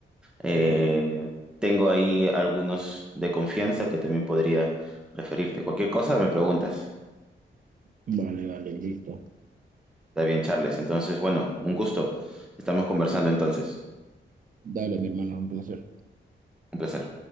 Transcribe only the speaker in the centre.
Eh,
tengo ahí algunos de confianza que también podría referirte. Cualquier cosa me preguntas.
Está bien, Charles. Entonces, bueno, un gusto. Estamos conversando entonces.
Un placer.